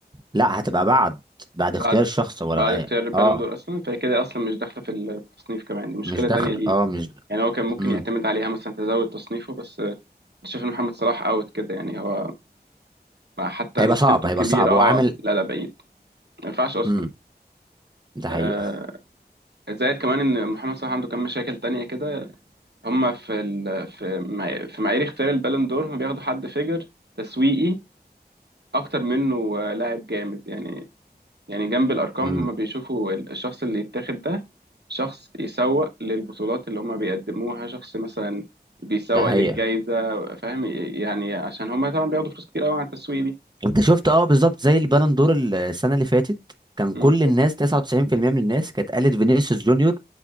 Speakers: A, on the right; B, on the right.
A: لا هتبقى بعد بعد اختيار
B: بعد
A: الشخص ولا
B: بعد اختيار
A: ايه
B: البالون
A: اه
B: دور اصلا فهي كده اصلا مش داخله في التصنيف كمان دي مشكله
A: مش دخل
B: تانية ليه
A: اه مش
B: يعني هو كان ممكن
A: امم
B: يعتمد عليها مثلا تزود تصنيفه بس آه، شايف ان محمد صلاح اوت كده يعني هو حتى
A: هيبقى
B: مشكلته
A: صعب هيبقى
B: الكبيره
A: صعب
B: اه
A: هو عامل
B: لا لا بعيد ما ينفعش اصلا
A: امم ده
B: آه
A: حقيقة
B: زائد كمان ان محمد صلاح عنده كام مشاكل تانية كده هم في ال... في معاي- في معايير اختيار البالون دور هم بياخدوا حد فيجر تسويقي اكتر منه آه، لاعب جامد يعني يعني جنب الأرقام
A: امم
B: هم بيشوفوا ال- الشخص اللي يتاخد ده شخص يسوق للبطولات اللي هم بيقدموها شخص مثلا بيسوق
A: ده حقيقة
B: للجائزة فاهم يعني عشان هم طبعا بياخدوا فلوس كتير قوي على التسويق دي
A: انت شفت اه بالظبط زي البالون دور السنة اللي فاتت كان
B: م-
A: كل الناس 99% من الناس كانت قالت فينيسيوس جونيور